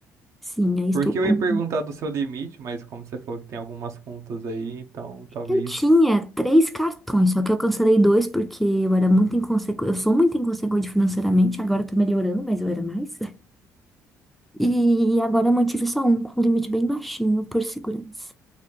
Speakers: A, in the centre; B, on the right.
A: Sim, aí estou.
B: Porque
A: com-
B: eu ia
A: um
B: perguntar do seu limite, mas como você falou que tem algumas contas aí, então talvez.
A: Eu tinha três cartões, só que eu cancelei dois porque eu era muito inconsequente. Eu sou muito inconsequente financeiramente, agora tô melhorando, mas eu era mais. <laughs> E agora eu mantive só um, com um limite bem baixinho, por segurança.